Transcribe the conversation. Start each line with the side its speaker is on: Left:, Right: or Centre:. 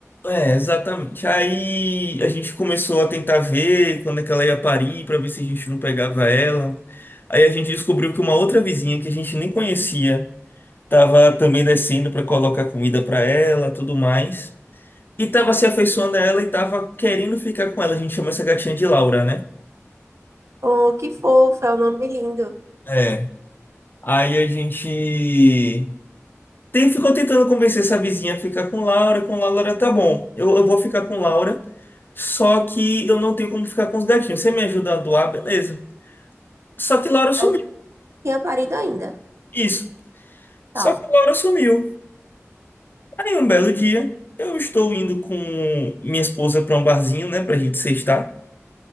Left: É, exatamente. Aí a gente começou a tentar ver quando é que ela ia parir para ver se a gente não pegava ela. Aí a gente descobriu que uma outra vizinha que a gente nem conhecia tava também descendo para colocar comida para ela, tudo mais. E tava se afeiçoando a ela e tava querendo ficar com ela. A gente chama essa gatinha de Laura, né?
Right: Oh, que fofo, é um nome lindo.
Left: É. Aí a gente Tem, ficou tentando convencer essa vizinha a ficar com Laura, com Laura tá bom. Eu, eu vou ficar com Laura, só que eu não tenho como ficar com os gatinhos. Você me ajuda a doar, beleza. Só que Laura sumiu.
Right: Mas não tinha parido ainda.
Left: Isso.
Right: Tá.
Left: Só que Laura sumiu. Aí um belo dia, eu estou indo com minha esposa para um barzinho, né, pra gente sextar.